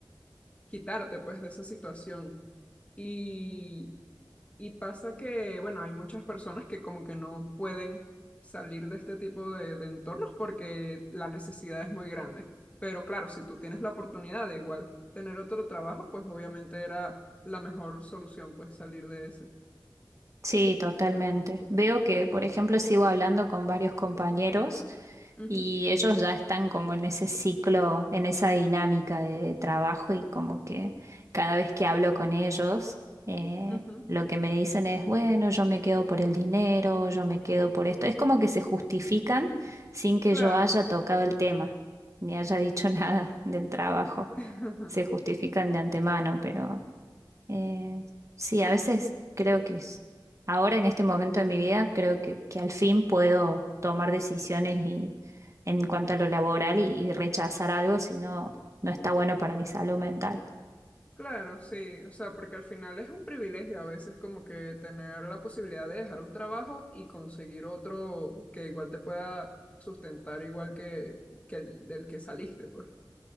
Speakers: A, on the left (about 15°); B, on the right (about 40°).
A: quitarte pues de esa situación. Y, y pasa que, bueno, hay muchas personas que como que no pueden salir de este tipo de, de entornos porque la necesidad es muy grande. Pero claro, si tú tienes la oportunidad de igual tener otro trabajo, pues obviamente era la mejor solución, pues salir de ese.
B: Sí, totalmente. Veo que, por ejemplo, sigo hablando con varios compañeros
A: Ujú,
B: y ellos ya están como en ese ciclo, en esa dinámica de trabajo y como que cada vez que hablo con ellos, eh,
A: ujú,
B: lo que me dicen es, bueno, yo me quedo por el dinero, yo me quedo por esto. Es como que se justifican sin que
A: Claro.
B: yo haya tocado el tema, ni haya dicho <laughs> nada del trabajo.
A: <laughs>
B: Se justifican de antemano, pero... Eh, sí, a veces creo que es, ahora en este momento de mi vida, creo que, que al fin puedo tomar decisiones y, en cuanto a lo laboral y, y rechazar algo si no, no está bueno para mi salud mental.
A: Claro, sí, o sea, porque al final es un privilegio a veces como que tener la posibilidad de dejar un trabajo y conseguir otro que igual te pueda sustentar igual que, que el del que saliste, pues.